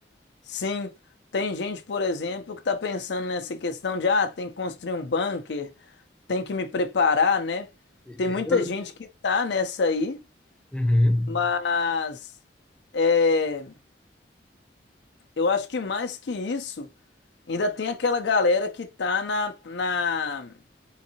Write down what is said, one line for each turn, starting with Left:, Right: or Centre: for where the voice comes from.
Left: Sim. Tem gente, por exemplo, que está pensando nessa questão de, ah, tem que construir um bunker, tem que me preparar, né?
Centre: E-
Left: Tem muita
Centre: e- eu-
Left: gente que tá nessa aí,
Centre: Uhum.
Left: mas é, eu acho que mais que isso, ainda tem aquela galera que tá na, na